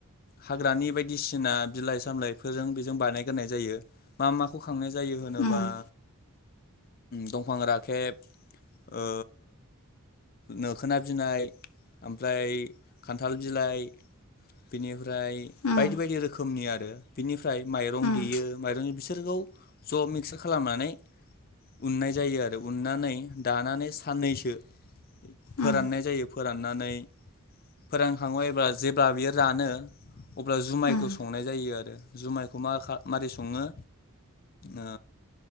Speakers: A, on the left; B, on the left.
A: हाग्रानि बायदिसिना बिलाइ सामलायफोरजों बेजों बानायग्रोननाय जायो। मा माखौ खांनाय जायो होनोबा
B: उम
A: दंफां राखेब ओ नोखोना बिनाय ओमफ्राय खान्थाल बिलाइ बिनि फ्राय
B: उम
A: बायदि बायदि रोखोमनि आर ओ बिनिफ फ्राय माइरं
B: उम
A: देयो माइरंनि बिस सोरखौ ज' मिक्सार खालामनानै उननाय जायो आरो उननानै दानानै साननैसो फोराननाय
B: उम
A: जायो। फोराननानै फोरानखाङो अयबा जेब्ला बियो रानो अब्ला जुमायखौ
B: उम
A: संनाय जायो आरो। जुमायखौ मा खा मारै सङो? ओ